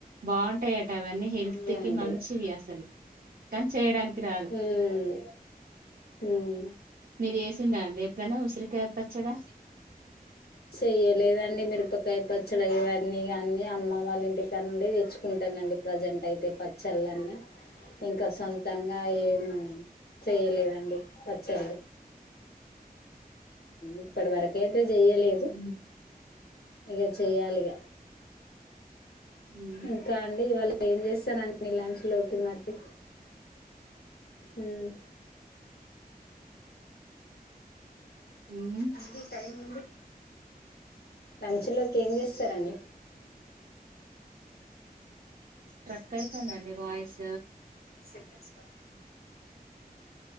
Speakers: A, on the right (about 65°); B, on the left (about 85°).
A: బాగుంటాయి అవన్నీ హెల్త్
B: అవునా
A: కి
B: అండి
A: మంచివి అసలు కానీ చేయడానికి రాదు
B: ఉమ్ ఉమ్
A: మీరు ఏసిండ్ర అండి ఎప్పుడైనా ఉసిరికా పచ్చడా
B: చెయ్యలేదండి మీర్ ఉప్పకాయ పచ్చడి ఇవన్నీ కాన్నీ అమ్మ వాళ్ళ ఇంటికాని నుండి తెచ్చుకుంటానండి ప్రజెంట్ అయితే పచ్చళ్ళన్నీ ఇంకా సొంతంగా ఏం చేయలేదండి పచ్చళ్ళు ఇప్పటి వరకే తే చెయలేదు
A: ఉమ్
B: ఇగ చెయాలిగ
A: ఉమ్.
B: ఇంకా అండి ఇవాళ ఏం చేస్తారండీ లంచ్ లోకి మరి హమ్
A: ఉమ్.
B: ఉంది టైమ్ ఉంది లంచ్ లోకి ఏం చే ఇస్తరండి
A: స్ట్రక్ఐతుంద్దండి వాయిస్
B: సెకండ్స్ స్వర్